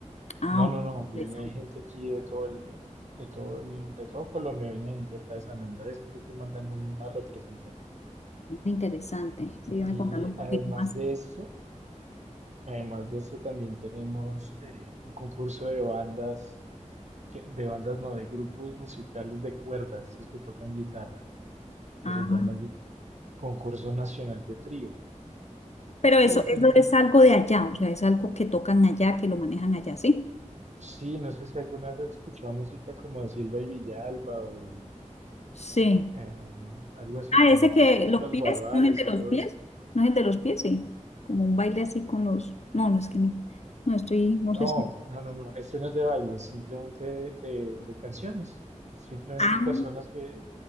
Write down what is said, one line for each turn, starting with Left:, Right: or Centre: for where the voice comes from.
Left: Ah,
Right: No,
Left: ok,
Right: no, no,
Left: interesante,
Right: viene gente aquí de todo el, de todo el, de todo Colombia, viene gente hasta de San Andrés, creo que mandan una representante.
Left: Ah, interesante. Sígueme
Right: Y
Left: contando un
Right: además
Left: poquito más.
Right: de eso Además de eso, también tenemos eh, un concurso de bandas, que- de bandas no, de grupos musicales de cuerda, estos que tocan guitarra, que
Left: Ah,
Right: se llama el Concurso Nacional de Trío.
Left: pero
Right: Y
Left: eso,
Right: pues
Left: eso
Right: es
Left: es
Right: un-
Left: algo de allá, o sea, es algo que tocan allá, que lo manejan allá, ¿sí?
Right: sí, no sé si alguna vez has escuchado música como de Silva y Villalba o de
Left: Sí.
Right: eh, algo así
Left: Ah,
Right: como
Left: ese que
Right: Lloran
Left: los
Right: los
Left: pies,
Right: Guaduales
Left: ¿no es el de
Right: y
Left: los
Right: todo
Left: pies?
Right: eso.
Left: ¿No es el de los pies? Sí. Como un baile así con los... No, no es que no. No estoy, no
Right: No,
Left: sé si...
Right: no, no, no, este no es de baile, simplemente de, de de canciones, simplemente
Left: Ah,
Right: personas que,